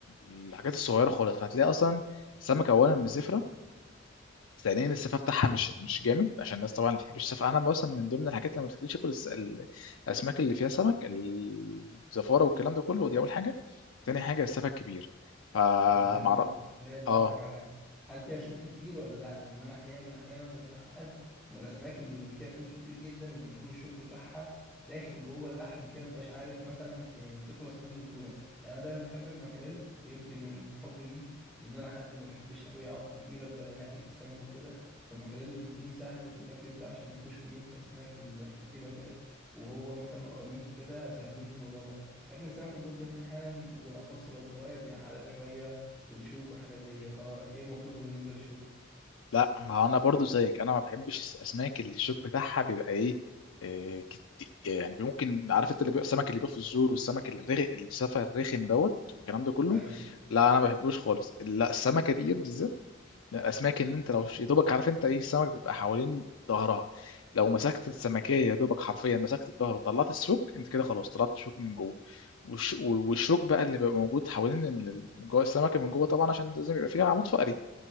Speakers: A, on the left; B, in the centre.
A: الحاجات الصغيره خالص فهتلاقي اصلا سمكه اولا مش زفره ثانيا السفه بتاعها مش مش جامد عشان الناس طبعا ما بتحبش السفه انا مثلا من ضمن الحاجات اللي ما بتخليش اكل الس- ال- الاسماك اللي فيها سمك الزفاره والكلام ده كله دي اول حاجه تاني حاجه السفه الكبير فمعرف
B: طب هل سؤال
A: اه
B: اسالك على حاجه هل فيها شوك كتير ولا لا ان انا احيانا احيانا متعقد من الاسماك اللي فيها شوك كتير جدا وبيكون الشوك بتاعها داخل جوه اللحم كده مبتبقاش عارف مثلا يعني تخلص منه بسهوله يعني انا دايما بحب المكاريل يمكن من حب ليه لان انا حد ما بحبش قوي اقعد كتير افضل انقي في السمك وكده فالمكاريل اللي بيكون سهل في الاكل بتاعه عشان ما فيهوش كميه الاسماك الكتيره وكده وهو مثلا القراميط وكده سهلين في الموضوع ده لكن السمك البلطي ممكن احيانا وبالاخص لو صغير بيعقدك شويه في الشوك والحاجات دي فهو ايه موقفه بالنسبه للشوك
A: لا ما هو انا برضو زيك انا ما بحبش الاسماك اللي الشوك بتاعها بيبقى ايه إيه، كت- يعني ممكن عارف انت اللي بيبقى السمك اللي بيبقى في الزور والسمك الرغ... السفه الرخم دوت الكلام ده كله
B: ايوه
A: لا انا ما بحبوش خالص لا السمكه دي بالذات من الاسماك ان انت لو ش- يا دوبك عارف انت ايه السمك بيبقى حوالين ظهرها لو مسكت السمكيه يا دوبك حرفيا مسكت الظهر وطلعت الشوك انت كده خلاص طلعت الشوك من جوه والش- والشوك بقى اللي بيبقى موجود حوالين ال- ال- جوه السمكه من جوه طبعا عشان لازم يبقى فيها عمود فقري